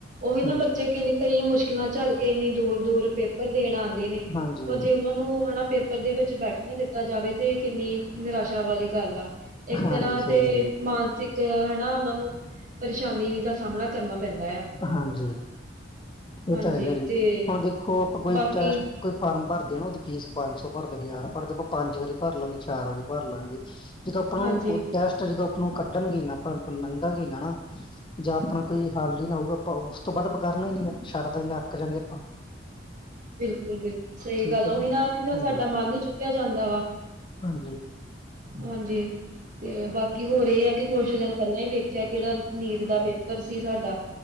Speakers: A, on the right; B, on the left.
A: ਉਹੀ ਨਾ
B: ਹਾਂਜੀ,
A: ਬੱਚੇ ਕਿ ਕਈ ਮੁਸ਼ਕਿਲਾਂ ਝੱਲ ਕੇ ਇੰਨੀ ਦੂਰ ਦੂਰ ਪੇ ਦੇਣ ਆਉਂਦੇ ਨੇ
B: ਹਾਂਜੀ,
A: ਪਰ ਜੇ ਉਹਨਾਂ ਨੂੰ ਹਨਾ ਪੇਪਰ ਦੇ ਵਿੱਚ ਬੈਠ ਨਾ ਦਿੱਤਾ ਜਾਵੇ ਤੇ ਕਿੰਨੀ ਨਿਰਾਸ਼ਾ ਵਾਲੀ ਗੱਲ ਆ ਇੱਕ
B: ਹਾਂਜੀ
A: ਤਰ੍ਹਾਂ
B: ਸਹੀ
A: ਤੇ
B: ਗੱਲ ਹੈ
A: ਮਾਨਸਿਕ ਹਨਾ ਉਹਨਾਂ ਨੂੰ ਪਰੇਸ਼ਾਨੀ ਦਾ ਸਾਹਮਣਾ ਕਰਨਾ ਪੈਂਦਾ ਆ।
B: ਹਾਂਜੀ ਇਹ
A: ਹਾਂਜੀ
B: ਤਾਂ ਹੈਗਾ ਜੀ
A: ਤੇ
B: ਹੁਣ ਦੇਖੋ ਆਪਾਂ ਕੋਈੈ
A: ਬਾਕੀ
B: ਫਾਰਮ ਭਰਦੇ ਨਾ ਉਹਦੀ ਫੀਸ ਪੰਜ ਸੌ ਭਰਦੇ ਹਜ਼ਾਰ ਭਰਦੇਾਂ ਪੰਜ ਵਾਰੀ ਭਰ ਲਾਂਗੇ ਚਾਰ ਵਾਰੀ ਭਰ ਲਾਂਗੇ ਜਦੋਂ ਆਪਾਂ ਨੂੰ
A: ਹਾਂਜੀ-ਹਾਂਜੀ।
B: ਟੈਸਟ ਜਦੋਂ ਆਪਾਂ ਨੂੰ ਕੱਢਣਗੇ ਨਾ ਆਪਾਂ ਲੰਘਾਂਗੇ ਨਾ ਨਾ ਜਾਂ ਆਪਣਾ ਕੋਈ ਹਾਲ ਹੀ ਨਾ ਹੋਊਗਾ ਆਪਾਂ ਉਸ ਤੋਂ ਬਾਅਦ ਪ ਕਰਰਨਾ ਹੀ ਨੀ ਛੱਡ ਦਗੇ ਅੱਕ ਜਾਂਗੇ ਆਪਾਂ
A: ਬਿਲਕੁਲ ਬਿਲਕੁਲ ਸਹੀ
B: ਠੀਕ
A: ਗੱਲ
B: ਹੈ
A: ਉਹੀ
B: ਜੀ
A: ਨਾ ਦਾ
B: ਹਾਂਜੀ
A: ਸਾਡਾ ਮਨ ਹੀ ਚੁੱਕਿਆ ਜਾਂਦਾ ਵਾ
B: ਹਾਂਜੀ
A: ਹਾਂਜੀ ਤੇ ਬਾਕੀ ਹੋਰ ਇਹ ਆ ਕਿ ਕੁਛ ਦਿਨ ਪਹਿਲਾਂ ਹੀ ਵੇਖਿਆ ਕਿਹੜਾ ਨੈਟ ਦਾ ਪੇਪਰ ਸੀ ਸਾਡਾ